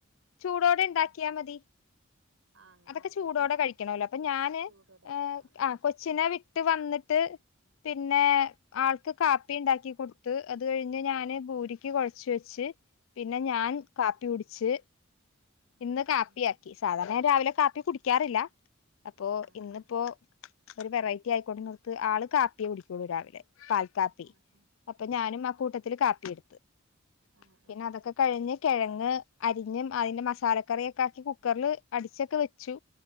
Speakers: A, on the left; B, on the right.
A: ചൂടോടെ ഇണ്ടാക്കിയാ
B: ആഹ്
A: മതി.
B: ആഹ് അങ്ങനെ
A: അതൊക്കെ ചൂടോടെ
B: ആഹ് ആഹ്
A: കഴിക്കണവല്ലോ, അപ്പൊ ഞാന്
B: ചൂടോടെ
A: ഏഹ്
B: ആഹ് ആഹ്
A: ആ കൊച്ചിനെ വി ട്ട് വന്നിട്ട് പിന്നെ ആൾക്ക് കാപ്പി ഇണ്ടാക്കി കൊടുത്ത് അത് കഴിഞ്ഞ് ഞാ ന് ഭൂരിക്ക് കൊഴച്ച് വെച്ച്, പിന്നെ ഞാൻ കാപ്പി കുടിച്ച്
B: ആഹ്
A: ഇന്ന്
B: ആഹ്
A: കാപ്പിയാക്കി, സാധാരണ ഞാൻ രാവിലെ കാപ്പി കുടിക്കാറില്ല. അപ്പൊ
B: ആഹ്
A: ഇന്ന്പ്പോ ഒരു വെറൈറ്റി ആയിക്കോട്ടേന്നോർത്ത്, ആള് കാപ്പിയേ കുടിക്കുള്ളൂ രാവിലെ. പാൽ കാപ്പി.
B: ആഹ്
A: അപ്പൊ ഞാനും
B: ആഹ് ആഹ്
A: ആ കൂട്ട ത്തില് കാപ്പിയെടുത്ത്.
B: ആഹ്
A: പിന്നതൊക്കെ കഴിഞ് കെഴങ്ങ് അരിഞ്ഞ് അതിന്റെ മസ് സാലക്കറിയൊക്കാക്കി കുക്കർല് അടിച്ചൊക്കെ വെച്ചു.